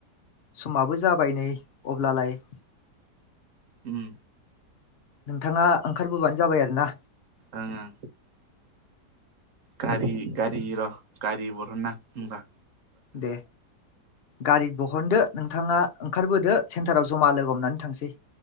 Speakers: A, on the left; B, on the right.
A: समाबो जाबाय नै अब्लालाय
B: ओम
A: नोंथाङा ओंखारबोबानो जाबाय आरो ना।
B: ओंं ओं गारि- गारि र'- गारि बरनो आं होनबा
A: दे गारि बहनदो नोंथाङा ओंखारबोदो सेन्टाराव जमा लोगो हमनानै थां थांसै